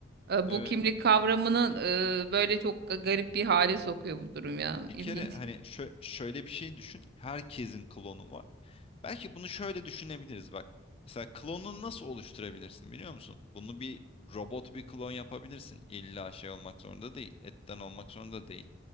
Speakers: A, on the right (about 55°); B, on the left (about 30°).
A: E,
B: Evet.
A: Bu kimlik kavramının e, böyle çok garip bir hale sokuyor bu durum ya.
B: Bir
A: İlginç.
B: kere hani şö- şöyle bir şey düşün. Herkesin klonu var. Belki bunu şöyle düşünebiliriz bak. Mesela klonunu nasıl oluşturabilirsin biliyor musun? Bunu bir robot bir klon yapabilirsin. İlla şey olmak zorunda değil. Etten olmak zorunda değil.